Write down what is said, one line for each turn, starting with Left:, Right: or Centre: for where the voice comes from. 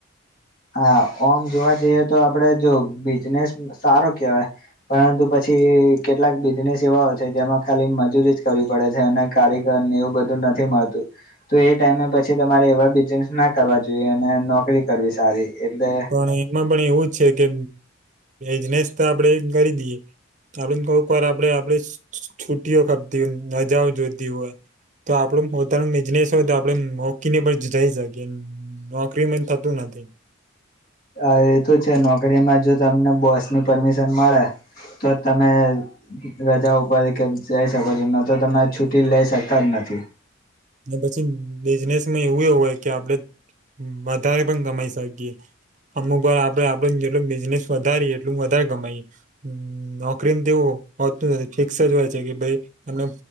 Left: હા ઓમ જોવા જઈએ તો આપડે જો બિઝનેસ સારો કેહેવાય પરંતુ પછી કેટલાક બિઝનેસ એવા છે જેમાં ખાલી મજૂરી જ કરવી પડે છે અને કારીગર ને એવું બધું નથી. તો એ ટાઈમે પછી તમારે એવા બિઝનેસ ના કરવા જોઈએ અને નોકરી કરવી સારી એટલે
Right: પણ એમાં પણ એવું છે કે બજનેસ તો આપણેે કરી દઈએ. આપડ કહક વાર આપડે આપણે છુ્ટઓ ખાપતી હોય મજાઓ જોતી હોય. તો આપડું પોતાનું બિઝનેસ હોય તો આપડે મોકીને પણ જઈ શકીએ નોકરીમાં થતું નથી. <inaudible>
Left: હ એ તો છે નોકરીમાં જો તમને બોસની પરમિશન મળે તો તમે રજા ઉપર કે જઈ શકો છો ન તો તમે છુટી લઇ શકતા જ નથી. પજે <unintelligible>
Right: પછી બિઝનેસમાં એવું એ હોય કે આપડે વધારે પણ ગમાઈ શકીએ. અમુક વાર આપડે આપડે જેટલ બિઝનેસ વધારી એટલું વધારે ગમાઈ નોકરીને તેવું હોતું નથી ફિક્સ જ હોય છે કે ભાઈ તમને